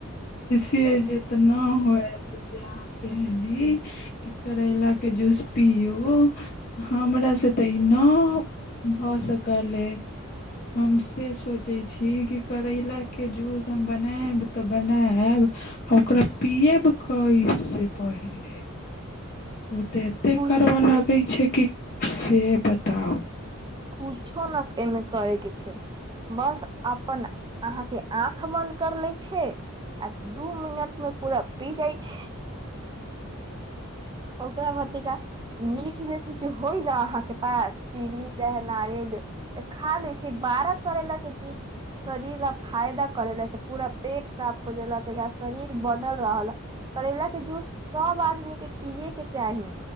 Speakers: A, on the left; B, on the right.
A: सेज एतऽ नहि हयत जे अहाँ कहली कि करैलाके जूस पियौ हमरासँ तऽ ई नहि भऽ सकल अइ हम से सोचैत छी कि करैलाक के जूस हम बनायब तऽ बनायब आब आ ओकरा पियब क से पहिले ओ तऽ एतेक
B: कुछ
A: करबऽ लगै छै कि से बताउ
B: कुछो न एमे करे के छै बस अपन अहाँके आँख बंद कर ले छै आ दू मिनट मे पूरा पी जाइ छै ओकरा ब तिका मीठ मे कुछ होय न अहाँके पास चीनी चाहे नारियल तऽ खा ले छै बारह करैला के जूस शरीर ल फायदा करेले से पूरा पेट साफ हो जेल त शरीर बनल रहल करैला के जूस सब आदमी के पियएके चाही।